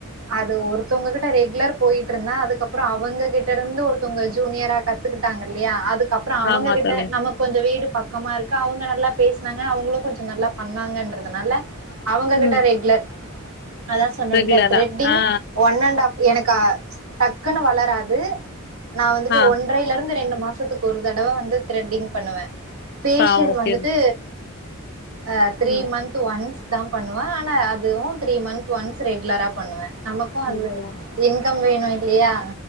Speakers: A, on the right (about 75°); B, on the left (about 45°).
A: அது ஒருத்தவங்ககிட்ட ரெகுலர் போயிட்ருந்த அதுக்கப்புற அவங்க கிட்ட இருந்து ஒருத்தவங்க ஜூனியரா கத்துக்கிட்டாங்க இல்லையா அது கப்புறோ அவங்ககிட்ட
B: ஆமா தோழி
A: நம்மக்கு கொஞ்சோ வீடு பாக் க்கமா இருக்கு அவங்க நல்லா பேசுனாங்க அவங்களும் கொஞ்சம் நல்லா பண்ணாங்கன்றதுனால அவங்க கிட்ட
B: ம்
A: ரெக்லர் அதா சொன்னல்ல
B: ரெகுலரா
A: த்ரெட்டிங்
B: ஆ
A: ஒன் அண்ட் ஹஃப் எனக்கு அ டக்குன்னு வளராது நான் வந்துட்டு
B: ஆ
A: ஒன்றையிலருந்து ரெண்டும் மாசத்துக்கு ஒரு தடவ வந்து த்ரெட்டிங் பண்ணுவேன் ஃபேஷியல்
B: ஆ ஓகே
A: வந்துட்டு அ த்ரீ
B: ம்
A: மந்த்து ஒன்ஸ் தா பண்ணுவன் ஆனா அதுவும் த்ரீ மந்த்து ஒன்ஸ் ரெக்லராப் பண்ணுவேன் நமக்கும்
B: கண்டிப்பா.
A: அது இன்கம் வேணும் இ ல்லியா